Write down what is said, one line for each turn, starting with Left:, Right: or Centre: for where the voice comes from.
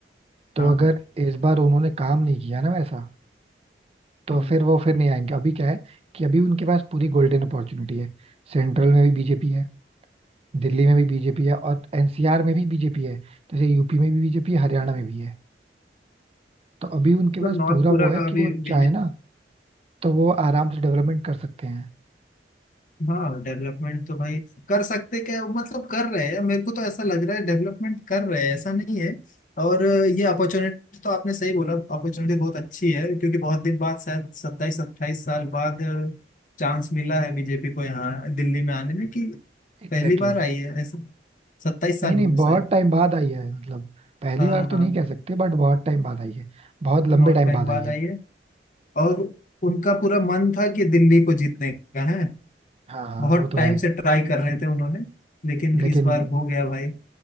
Right: तो
Left: हाँ
Right: अगर इस बार उन्होंने काम नहीं किया ना वैसा तो
Left: हम्म।
Right: फिर वो फिर नहीं आएंगे अभी क्या है कि अभी उनके पास पूरी गोल्डन अपॉर्चुनिटी है सेंट्रल में भी बीजेपी है दिल्ली में भी बीजेपी है और एनसीआर में भी बीजेपी है जैसे यूपी में भी बीजेपी है हरियाणा में भी है तो अभी उनके
Left: मतलब
Right: पास
Left: नॉर्थ
Right: पूरा
Left: पूरा
Right: वो है कि
Left: अभी
Right: वो चाहे
Left: बीजेपी
Right: ना तो वो आराम से डेवलपमेंट कर सकते हैं
Left: हाँ डेवलपमेंट तो भाई कर सकते क्या मतलब कर रहे हैं मेरे को तो ऐसा लग रहा है डेवलपमेंट कर रहे हैं ऐसा नहीं है और ये अपॉर्चुनिटी तो आपने सही बोला अपॉर्चुनिटी बहुत अच्छी है क्योंकि बहुत दिन बाद शायद सत्ताईस अट्ठाईस साल बाद चांस मिला है बीजेपी को यहाँ दिल्ली में आने में कि
Right: एग्जैक्टली
Left: पहली बार आई है ऐसा सत्ताईस साल
Right: नहीं नहीं
Left: हुए
Right: बहुत
Left: शायद
Right: टाइम बाद आई है मतलब पहली
Left: हाँ
Right: बार तो
Left: हाँ
Right: नहीं कह सकते बट बहुत टाइम बाद आई है बहुत लंबे
Left: बहुत
Right: टाइम
Left: टाइम
Right: बाद
Left: बाद
Right: आई है
Left: आई है और उनका पूरा मन था कि दिल्ली को जीतने का है
Right: हाँ हाँ
Left: बहुत
Right: वो तो
Left: टाइम
Right: है
Left: से ट्राई कर रहे थे उन्होंने लेकिन
Right: लेकिन
Left: इस बार हो गया भाई